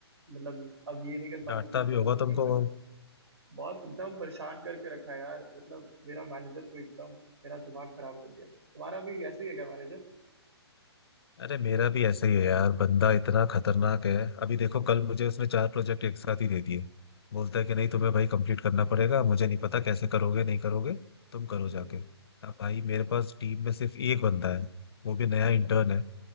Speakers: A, on the right; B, on the left.
A: मतलब अब ये नहीं कर पा
B: डांटता
A: रहे तो तुम करो
B: भी होगा तुमको
A: इनका
B: वो।
A: काम बहुत एकदम परेशान करके रखा है यार मतलब मेरा मैनेजर तो एकदम मेरा दिमाग खराब कर दिया तुम्हारा भी ऐसे ही है क्या मैनेजर
B: अरे मेरा भी ऐसा ही है यार बंदा इतना खतरनाक है अभी देखो कल मुझे उसने चार प्रोजेक्ट एक साथ ही दे दिए बोलता है कि नहीं तुम्हें
A: अरे
B: भाई कंप्लीट करना पड़ेगा मुझे नहीं पता कैसे करोगे नहीं करोगे तुम करो
A: हम्म
B: जाके अब भाई मेरे पास टीम में सिर्फ एक बंदा है वो भी नया इंटर्न
A: अरे
B: है